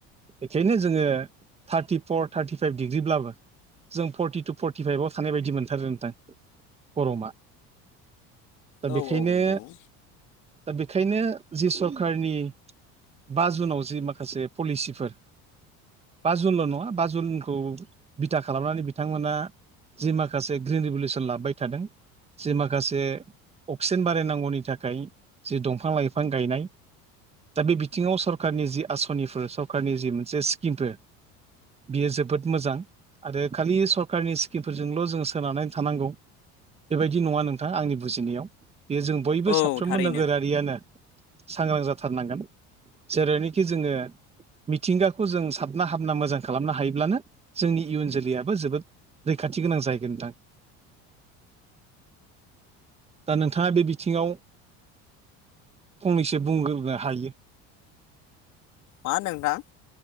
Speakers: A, on the right; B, on the left.
A: बेखायनो जोङो थार्टिफर थार्टिफाइभ डिग्रिब्लाबो। जों फर्टि टु फर्टिफाइभआव थानाय बायदि मोनथारो नोंथां गरमा। दा
B: औ
A: बेखायनो
B: औ नंगौ
A: दा बेखायनो जि सरखारनि बा जुनाव जि माखासे पलिसिफोर। बा जुनल' नङा बा जुनखौ बिथा खालामनानै बिथांमोना जि माखासे ग्रिन रिभलसन लाबोबाय थादों। जि माखासे अक्सिजेन बारायनांगौनि थाखाय जि दंफां लाइफां गायनाय। दा बे बिथिङाव सरकारनि जि आसनिफोर सरकनि जि मोनसे स्किमफोर बियो जोबोद मोजां। आरो खालि सरखारारनि स्किमफोरजोंल' जों सोनारनानै थानांगौ बेबायदि नङा नोंथां आंनि बुजिनायाव बेयो जों बयबो
B: औ
A: साफ्रोमबो
B: थारैनो
A: नोगोरारियानो। सांग्रां जाथारनांगोन जेरैनोखि जोङो। मिथिंगाखौ जों साबना हाबना मोजां खालामनो हायोब्लानो जोंनि। इयुन जोलैयाबो जोबोद रैखाथि गोनां जाहैगोन नोंथां। दा नोंथाङा बे बिथिङाव। फंनैसो बुंग्रोनो हायो।
B: मा होनदों नोंथां।